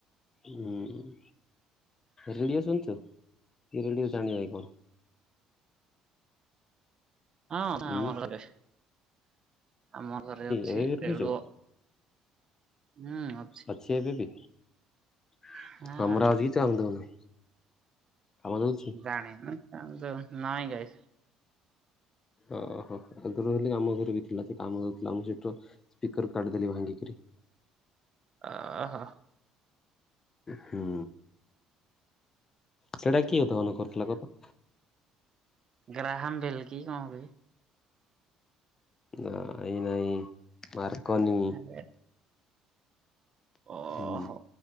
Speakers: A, on the left; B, on the right.
A: ହୁଁ ଉ, ରେଡିଓ ଶୁଣିଛୁ, ଇଏ ରେଡିଓ ଜାଣିନେଇ କଣ?
B: ହଁ ହ
A: ହୁଁ
B: ଆମ ଘରେ, ଆମ ଘରେ ଅଛି
A: ଏବେ ବି ରଖିଛୁ?
B: ରେଡୁଅ। ହୁଁ, ଅ
A: ଅଛି ଏବେ ବି? <unintelligible>
B: ହଁ
A: <unintelligible> ଦଉନ, କାମ ଦଉଚି?
B: ପାଣି <unintelligible> ନାଇଁ <unintelligible>
A: ଓହୋ, ଆଗରୁ ହେ ଆମ ଘରେ ବି ଥିଲା, ସେ କାମ କରୁଥିଲା, ମୁଁ ସେଠିର ସ୍ପିକର କାଢିଦେଲି ଭାଙ୍ଗିକରି।
B: ଓ ଓ ହ
A: ହୁଁ, ସେଇଟା କିଏ ଉଦ୍ଭାବନ କରିଥିଲା କ ତ?
B: ଗ୍ରାହାମ୍ ବେଲ କି, କଣ କ?
A: ନାଇଁ ନାଇଁ ମାର୍କନି।
B: ଆରେ ଓହୋ
A: ହୁଁ,